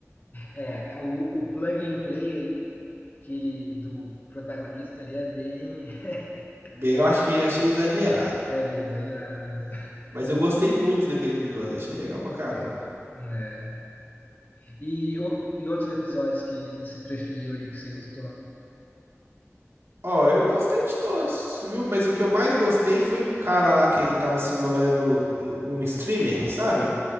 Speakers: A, on the left; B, on the right.
A: É, é, o, o plug and play que ele, do protagonista ali é bem, <laughs>
B: Bem, eu acho que achei exagerado.
A: é bem exagerado mesmo.
B: Mas eu gostei muito daquele episódio, achei legal pra caramba.
A: É. E, o- e outros episódios que você preferiu ali, que você gostou?
B: Ó, eu gostei de todos, viu? Mas o que eu mais gostei foi do cara lá que tava simulando um streamer, sabe?